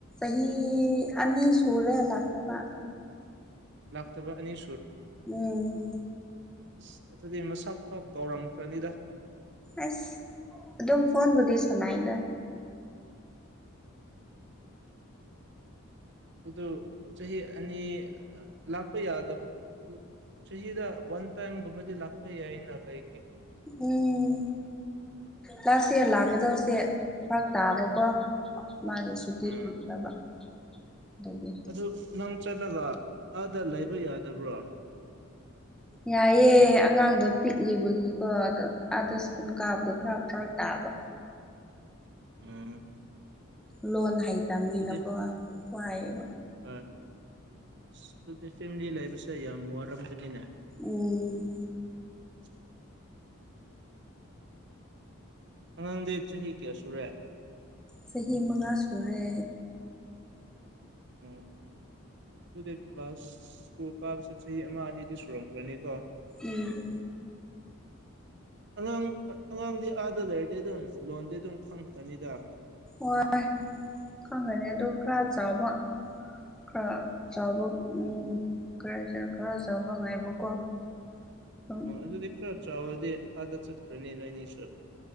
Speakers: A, in the centre; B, on the right.
A: ꯆꯍꯤ ꯑꯅꯤ ꯁꯨꯔꯦ ꯂꯥꯛꯅꯕ
B: ꯂꯥꯛꯥꯛꯇ ꯑꯅꯤ
A: ꯎꯝ
B: ꯁ ꯑꯗꯨꯗꯤ ꯃꯁꯛ ꯐꯥꯎ ꯀꯥꯎꯔꯝꯈ꯭ꯔꯅꯤꯗ
A: ꯑꯁ ꯑꯗꯨꯝ ꯐꯣꯟꯕꯨꯗꯤ ꯁꯅꯥꯏꯗ
B: ꯑꯗꯨ ꯆꯍꯤ ꯑꯅꯤ ꯂꯥꯛꯄ ꯌꯥꯗꯕ ꯁꯍꯤꯗ ꯋꯥꯟ ꯇꯥꯏꯝ ꯃꯗꯤ ꯂꯥꯛꯄ ꯏꯩꯅ ꯀꯩ
A: ꯎꯝ ꯂꯥꯁ ꯏꯌꯥꯔ ꯂꯥꯛꯒꯗꯕꯁꯦ ꯐ ꯇꯥꯕꯀꯣ ꯃꯥꯒꯤ ꯁꯨꯇꯤ
B: ꯎꯝ
A: ꯐꯪꯗꯕ ꯑꯗꯨꯒꯤ
B: ꯑꯗꯨ ꯅꯪ ꯆꯠꯂꯒ ꯑꯥꯗ ꯂꯩꯕ ꯌꯥꯗꯕ꯭ꯔꯣ
A: ꯌꯥꯏꯑꯦ ꯑꯉꯥꯡꯗꯣ ꯄꯤꯛꯂꯤꯕꯒꯤꯀꯣ ꯑꯗꯣ ꯑꯥꯗ ꯁ꯭ꯀꯨꯜ ꯀꯥꯕꯗꯣ ꯈꯔ ꯐꯔꯛ ꯇꯥꯕ
B: ꯎꯝ
A: ꯂꯣꯟ ꯍꯩꯇꯕꯅꯤꯅꯀꯣ
B: ꯑꯗꯨꯗꯤ
A: ꯋꯥꯏꯕ
B: ꯑꯗꯨꯗꯤ ꯐꯦꯃꯤꯂꯤ ꯂꯩꯕꯁꯦ ꯌꯥꯝ ꯋꯥꯔꯝꯕꯅꯤꯅꯦ
A: ꯎꯝ
B: <inaudible> ꯑꯉꯥꯡꯗꯤ ꯆꯍꯤ ꯀꯌꯥ ꯁꯨꯔꯦ
A: ꯆꯍꯤ ꯃꯉꯥ ꯁꯨꯔꯦ
B: ꯎꯝ ꯑꯗꯨꯗꯤ ꯀ꯭ꯂꯥꯁꯀꯨ ꯀꯥꯕꯁꯦ ꯆꯍꯤ ꯑꯃ ꯑꯅꯤꯗꯤ ꯁꯨꯔꯝꯈ꯭ꯔꯅꯤꯀꯣ
A: ꯎꯝ
B: <inaudible> ꯑꯉꯥꯡ ꯑꯉꯥꯡꯗꯤ ꯑꯥꯗ ꯂꯩꯔꯗꯤ ꯑꯗꯨꯝ ꯂꯣꯟꯗꯤ ꯑꯗꯨꯝ ꯈꯪꯈ꯭ꯔꯅꯤꯗ
A: ꯍꯣꯏ ꯈꯪꯒꯅꯤ ꯑꯗꯨ ꯈꯔ ꯆꯥꯎꯥꯕ ꯈꯔ ꯆꯥꯕ ꯎꯝ ꯈꯔ ꯈꯔ ꯆꯥꯕ ꯉꯥꯏꯕꯀꯣ ꯑꯗꯨꯝ
B: ꯑꯣ ꯑꯗꯨꯗꯤ ꯈꯔ ꯆꯥꯎꯔꯗꯤ ꯑꯥꯗ ꯆꯠꯈ꯭ꯔꯅꯤ ꯅꯣꯏꯅꯤꯁꯨ